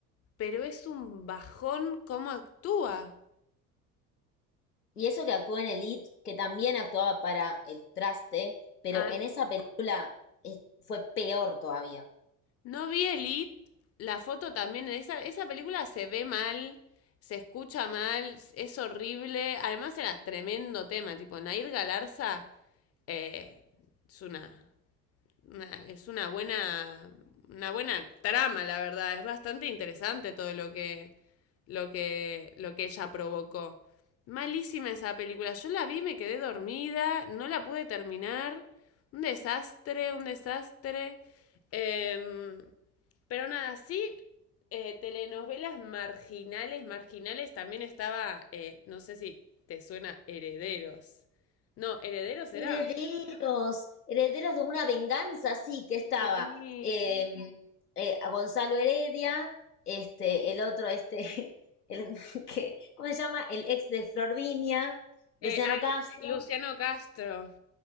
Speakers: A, on the left (about 30°); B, on the left (about 85°).
A: pero es un bajón cómo actúa.
B: Y eso que actuó en Elite, que también actuaba para el traste, pero
A: Ah,
B: en esa película es- fue peor todavía.
A: No vi Elite, la foto también, esa, esa película se ve mal, se escucha mal, es horrible. Además era tremendo tema, tipo Nair Galarza eh, es una una- es una buena, una buena trama, la verdad. Es bastante interesante todo lo que, lo que, lo que ella provocó. Malísima esa película. Yo la vi, me quedé dormida, no la pude terminar. Un desastre, un desastre. Em, pero nada, sí, eh, telenovelas marginales, marginales también estaba, eh, no sé si te suena Herederos. No, Herederos era.
B: Herederos, herederos de una venganza, sí, que estaba
A: Sí.
B: eh, eh, a Gonzalo Heredia, este, el otro, este, <laughs> el, que, ¿cómo se llama? El ex de Florvinia, Luciano
A: Eh, ay,
B: Castro,
A: Luciano Castro.